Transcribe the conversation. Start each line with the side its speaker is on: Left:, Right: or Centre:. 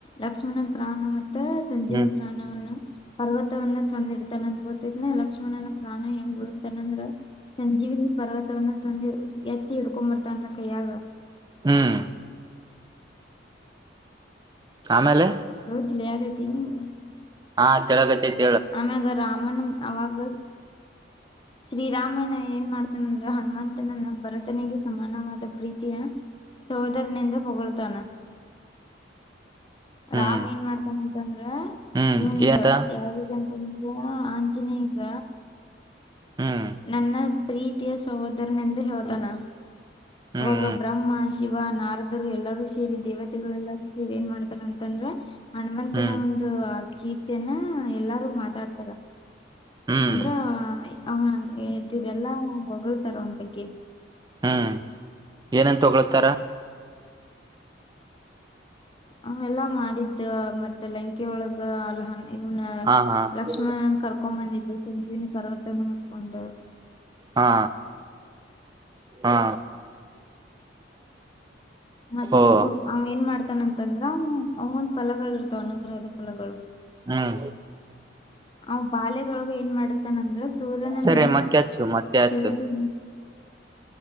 Left: ಲಕ್ಷ್ಮನ ಪ್ರಾಣ ಮ ಸಂಜೀನ
Right: ಹ್ಮ್
Left: ಪ್ರಾಣವನ್ನ ಪರ್ವತವವನ್ನು ತಂದಿಡ್ತಾನ ಅಂತ ಗೊತಿದ್ನ ಲಕ್ಷ್ಮ ಲಕ್ಷ್ಮಣನ ಪ್ರಾಣ ಹೆಂಗ ಉಳಿಸ್ತೇನೆ ಅಂದ್ರ ಸಂಜೀವಿನಿ ಪರ್ವತವ್ಣೆ ತಂದು ಎತ್ತಿ ಎಡ್ಕೊ ಬರ್ತಾನಲ್ಲ ಕೈಯಾಗ
Right: ಹ್ಮ್ ಆಮೇಲೆ
Left: <unintelligible>
Right: ಹಾ ಕೆೆಳಕತ್ತೆತ್ತಿ
Left: ಆಮೇಗೆ ರಾಮನ್ ಆವಾಗ ಶ್ರೀರಾಮನ ಏನ್ ಮಾಡ್ತಾನಂದ್ರೆ ಹನುಮಂತನನ್ನ ಭರತನಿಗೆ ಸಮಾನವಾದ ಪ್ರೀತಿಯ ಸೋದರನಂದು ಹೊಗಳ್ತಾನ
Right: ಹ್ಮ್
Left: ರಾಮ್ ಏನ್ ಮಾಡ್ತಾನಂತಂದ್ರ
Right: ಹ್ಮ್
Left: ಇವಂಗ
Right: ಏನಂತ
Left: ಯಾವಗ ಹಗ ಆಂಜನೇಯಗ
Right: ಹ್ಮ್
Left: ನನ್ನ ಪ್ರೀತಿಯ ಸಹೋದರನಂದು ಹೇಳ್ತಾನ
Right: ಹ್ಮ್
Left: ಅವಾಗ ಬ್ರಹ್ಮ ಶಿವ ನಾರದರು ಎಲ್ಲಾರೂ ಸೇರಿ ದೇವತೆಗಳು ಎಲ್ಲಾರೂ ಸೇರಿ ಏನ್ ಮಾಡ್ತಾರ ಅಂತಂದ್ರೆ ಹನುಮಂತನ
Right: ಹ್ಮ್ ಹ್ಮ್
Left: ಒಂದು ಆ ಕೀರ್ತಿಯನ್ನ ಎಲ್ಲಾರು ಮಾತಾಡ್ತಾರ
Right: ಹ್ಮ್
Left: ಅಂದ್ರ ಅವಂತಿವೆಲ್ಲಾ ಹೊಗಳ್ತಾರ ಅವನ ಬಗ್ಗೆ
Right: ಹ್ಮ್ ಏನಂತ ಹೊಗಳ್ತಾರ
Left: ಅವೆಲ್ಲಾ ಮಾಡಿದ್ದ ಮತ್ತೆ ಲಂಕೆ ಒಳಗ ಅಲ್ಲ ಹ ಇವನ
Right: ಹಾ ಹಾ
Left: ಲಕ್ಷ್ಮಣನ್ ಕರ್ಕೊಂಡ್ ಬಂದಿದ್ದೆ ಸಂಜೀವನಿ ಪರ್ವತನೆ ಮುತ್ಕೊಂಡು
Right: ಹಾ ಹಾ
Left: ಮತ್ತ
Right: ಓ
Left: ಒಂದು ಅವ ಏನ್ ಮಾಡ್ತಾನಂತಂದ್ರ ಅವಂಗೊಂದ್ ಫಲ ಬರತ್ತಾ ಅನುಗ್ರಹದ ಫಲಗಳು
Right: ಹ್ಮ್
Left: <inaudible> ಅವ್ ಬಾಲ್ಯದೊಳಗ ಏನ್ ಮಾಡ್ತಾನಂದ್ರ ಸೂರ್ಯನನ್ನ
Right: ಸರಿ ಮತ್ತೆ ಹಚ್ಚು ಮತ್ತೆ ಹಚ್ಚು
Left: ಏಳಿದು